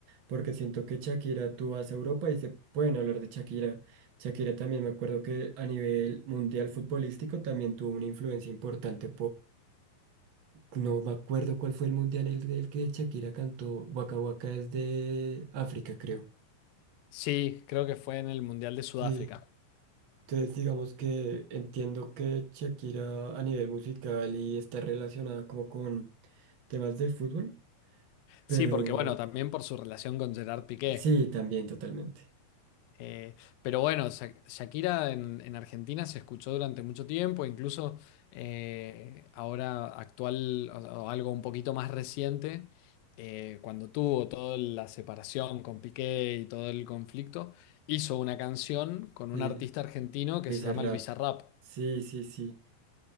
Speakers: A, on the right (about 70°); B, on the left (about 80°).
A: porque siento que Shakira, tú vas a Europa y se pueden hablar de Shakira. Shakira también, me acuerdo que a nivel mundial futbolístico también tuvo una influencia importante no me acuerdo cuál fue el mundial en el, el que Shakira cantó. Waka Waka es de África, creo.
B: Sí, creo que fue en el Mundial de Sudáfrica.
A: Sí. Entonces digamos que entiendo que Shakira a nivel musical y está relacionada como con temas de fútbol, pero
B: Sí, porque bueno, también por su relación con Gerard Piqué.
A: sí, también totalmente.
B: Eh, pero bueno, Sha- Shakira en, en Argentina se escuchó durante mucho tiempo, incluso eh, ahora actual o, o algo un poquito más reciente, eh, cuando tuvo toda la separación con Piqué y todo el conflicto, hizo una canción con
A: Sí,
B: un artista argentino que
A: Bizarrap.
B: se llama el Bizarrap.
A: Sí, sí, sí.